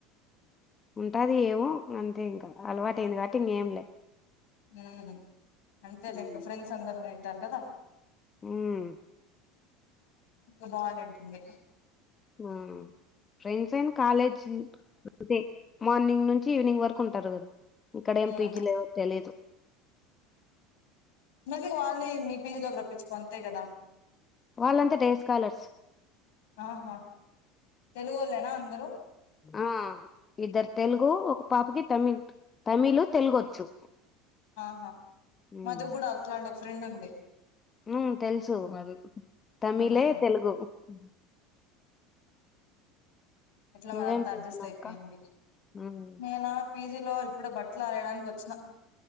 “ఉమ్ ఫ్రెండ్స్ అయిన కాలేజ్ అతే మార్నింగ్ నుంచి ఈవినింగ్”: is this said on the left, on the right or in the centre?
Left